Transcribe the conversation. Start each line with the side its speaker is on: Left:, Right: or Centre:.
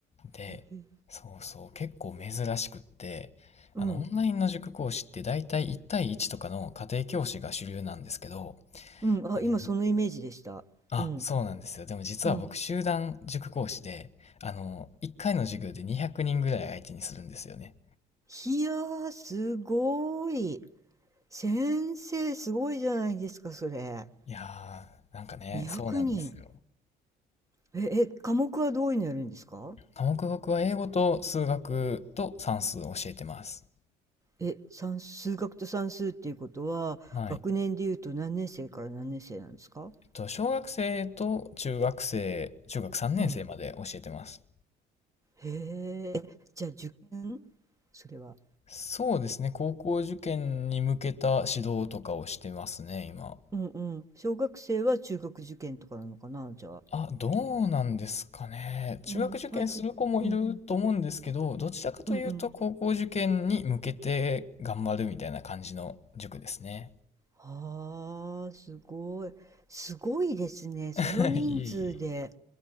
Left: で、
Right: へへ
Left: そうそう、結構珍しくって、
Right: うん。
Left: あの、オンラインの塾講師って大体1対1とかの家庭教師が主流なんですけど、
Right: うん。
Left: あの、
Right: あ、今そのイメージでした。
Left: あ、
Right: うん。
Left: そうなんですよ。でも実は僕、
Right: うん。
Left: 集団塾講師で、あの、1回の授業で200人ぐらい相手にするんですよね。
Right: いやー、すごい。先生、すごいじゃないですか、それ。
Left: いやー、なんかね、
Right: 200人。
Left: そうなんですよ。
Right: え、え、科目はどういうのやるんですか
Left: 科目僕は英語と数学と算数を教えてます。
Right: え、算、数学と算数っていうことは、
Left: はい。
Right: 学年でいうと何年生から何年生なんですか
Left: えっと、小学生と中学生、中学3年生まで教えてます。
Right: うん。へえ、じゃあ受験それは。
Left: そうですね。高校受験に向けた指導とかをしてますね、今。
Right: うんうん。小学生は中学受験とかなのかな、じゃあ。
Left: あ、どうなんですかね。中学受験する子もいると思うんですけど、
Right: うん。あ、ち、うん、
Left: どちらかというと高校受験に向けて頑張るみたいな感じの塾ですね。
Right: うんうん。はあ、すごい。すごいですね。その人数で。
Left: <laughs> いえいえ。